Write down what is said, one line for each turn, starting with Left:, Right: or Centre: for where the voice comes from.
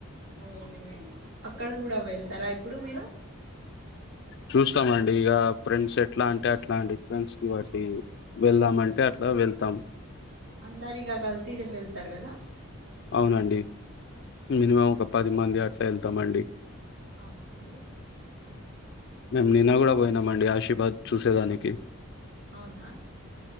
Right: ఓహో అక్కడ కూడా వెళ్తార ఇప్పుడు మీరు
Left: చూస్తామండి ఇగ ఫ్రెండ్స్ ఎట్లా అంటే అట్లా అండి ఫ్రెండ్స్ కి బట్టి వెళ్దామంటే
Right: ఓహో
Left: అట్లా వెళ్తాం
Right: అందరిగ కలిసి రేపేల్ళ్తారు కదా!
Left: అవునండి మినిమం ఒక పది మంది అట్లా వెళ్తామండి
Right: అవునండి
Left: మేమ్ నిన్న కూడా పోయినామండి ఆశిబాద్ చూసేదానికి
Right: అవునా